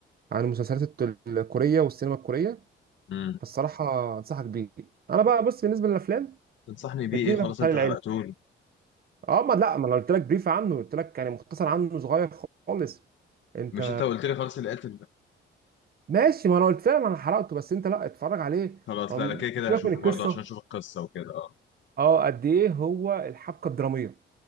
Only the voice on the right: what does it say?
عن المسلسلات الت- الكوريه والسينما الكوريه
فالصراحه انصحك بيه انا بقى بص بالنسبه للافلام
اديني
بقى
في الخيال
العلمي
اه ما لا ما انا قلت لك بريف عنه قلت لك يعني مختصر عنه صغير خالص انت
ماشي ما انا قلت لها ما انا حرقته بس انت لا اتفرج عليه
هو
م-
سيبك
من القصه
اه قد ايه هو الحبكه الدراميه